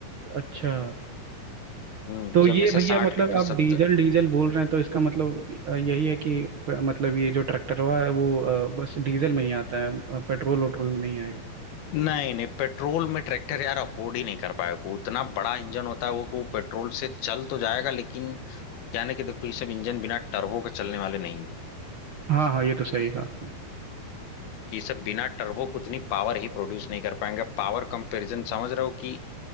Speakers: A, on the right; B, on the left.
A: अच्छा
B: हम्म
A: तो
B: कि
A: ये
B: अब जैसे
A: भैया
B: साठ
A: मतलब
B: लीटर
A: आप
B: सत्तर
A: डीजल डीजल बोल रहे हैं तो इसका मतलब अ, यही है कि प- मतलब ये जो ट्रैक्टर हुआ है वो अ, बस डीजल में ही आता है अ, पेट्रोल वट्रोल में नहीं आएगा
B: नहीं नहीं पेट्रोल में ट्रैक्टर यार अफोर्ड ही नहीं कर पाएगा वो इतना बड़ा इंजन होता है वो कि वो पेट्रोल से चल तो जाएगा लेकिन क्या ना कि देखो ये सब इंजन बिना टर्बो के चलने वाले नहीं है
A: हाँ हाँ ये तो सही कहा आपने
B: कि ये सब बिना टर्बो को उतनी पावर ही प्रोड्यूस नहीं कर पाएंगे पावर कंपैरिजन समझ रहे हो कि